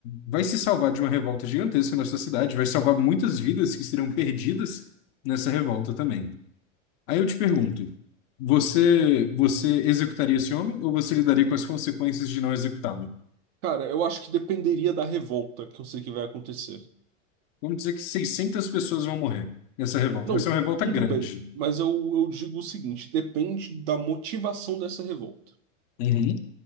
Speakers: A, on the left; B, on the right.
A: vai se salvar de uma revolta gigantesca na sua cidade, vai salvar muitas vidas que seriam perdidas nessa revolta também. Aí eu te pergunto, você você executaria esse homem ou você lidaria com as consequências de não executá-lo?
B: Cara, eu acho que dependeria da revolta que eu sei que vai acontecer.
A: Vamos dizer que 600 pessoas vão morrer nessa revolta.
B: Não,
A: Vai ser uma revolta
B: tudo
A: grande.
B: bem, mas eu, eu digo o seguinte: depende da motivação dessa revolta.
A: Uhum.